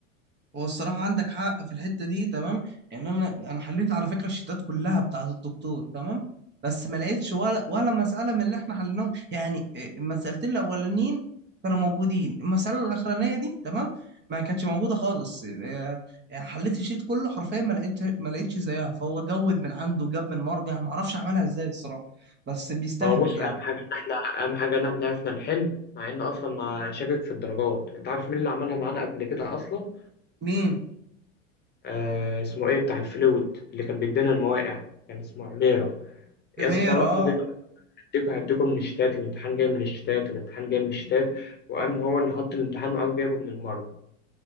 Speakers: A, on the right; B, on the left.
A: هو الصراحة عندك حق في الحتة دي تمام يعني أنا أنا حليت على فكرة الشيتات كلها بتاعة الدكتور تمام بس ما لقيتش ولا ولا مسألة من اللي إحنا حليناهم يعني إيه، المسألتين الأولانيين كانوا موجودين المسألة الأخرانية دي تمام ما كانتش موجودة خالص إيه، إيه، حليت الشيت كله حرفيا ما لقيت ما لقيتش زيها فهو جود من عنده جاب من مرجع ما أعرفش عملها إزاي الصراحة بس بيستهبل
B: هو بص
A: يعني
B: اهم حاجه ان احنا اهم حاجه ان احنا عرفنا نحل مع ان اصلا ما شاكك في الدرجات انت عارف مين اللي عملها معانا قبل كده اصلا
A: مين؟
B: آه اسمه ايه بتاع الفلويد اللي كان بيدينا المواقع كان اسمه عميره يا
A: إميرة
B: اسطى
A: أه
B: فضل يقول هديكوا هديكوا من الشتات الامتحان جاي من الشتات الامتحان جاي من الشتات وقام هو اللي حط الامتحان وقام جايبه من المرض